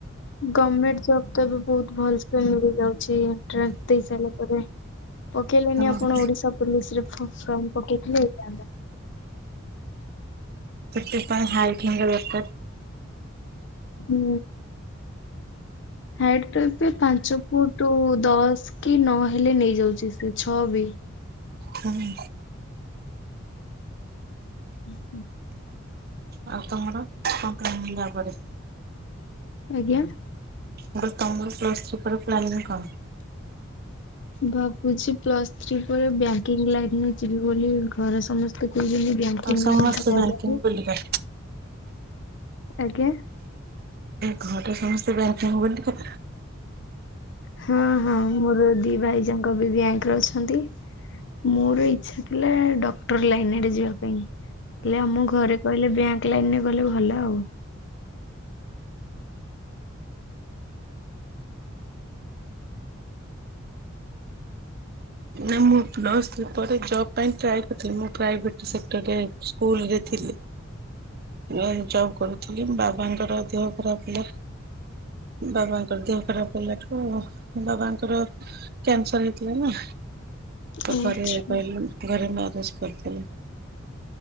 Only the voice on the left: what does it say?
ଗଭର୍ମେଣ୍ଟ ଜବ ତ ବି ଏବେ ବହୁତ ଭଲସେ ମିଳି ଯାଉଚି, ଏଣ୍ଟାନ୍ସ ଦେଇ ସାରିଲା ପରେ ପକେଇଲେନି
ଆପଣ ଓଡିଶା ପୋଲିସ ରେ ଫମ ଫ୍ରମ ପକେଇଥିଲେ ହେଇଥାନ୍ତା।
ହୁଁ। ହାଇଟ ତ ଏବେ ପାଞ୍ଚ ଫୁଟ ଦଶ କି ନଅ ହେଲେ ନେଇଯାଉଚି ସେ ଛଅ ବି।
ଉ ହୁଁ।
ଆଜ୍ଞା।
ଭାବୁଚି ପ୍ଲସ୍ ଥ୍ରୀ ପରେ ବ୍ୟାଙ୍କିଙ୍ଗ ଲାଇନ ଯିବି ବୋଲି ଘରେ ସମସ୍ତେ କହୁଛନ୍ତି ବ୍ୟାଙ୍କିଙ୍ଗ
ଲାଇନ ଟା ଭଲ
ଯେ
ଆଜ୍ଞା।
ହଁ ହଁ ମୋର ଦି ଭାଇ ଯାଙ୍କ ବି ବ୍ୟାଙ୍କରେ ଅଛନ୍ତି। ମୋର ଇଚଛା ଥିଲା ଡକ୍ଟର ଲାଇନରେ ଯିବା ପାଇଁ। ହେଲେ ଆମ ଘରେ କହିଲେ ବ୍ୟାଙ୍କ ଲାଇନରେ ଗଲେ ଭଲ ଆଉ।
ଓ
ଆଚ୍ଛା